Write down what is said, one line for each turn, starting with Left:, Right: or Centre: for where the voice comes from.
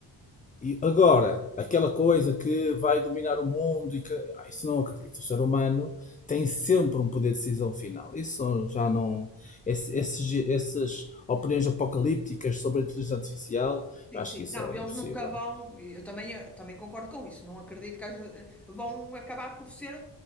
Left: e agora, aquela coisa que vai dominar o mundo e que ah, isso não acredito. O ser humano tem sempre um poder de decisão final. Isso já não. Esse, esses, essas opiniões apocalípticas sobre a inteligência artificial,
Centre: Sim,
Left: eu acho
Centre: sim.
Left: que isso
Centre: Não,
Left: é
Centre: eles
Left: impossível.
Centre: nunca vão, e eu também, eh, também concordo com isso, não acredito que haja- eh, vão acabar por ser,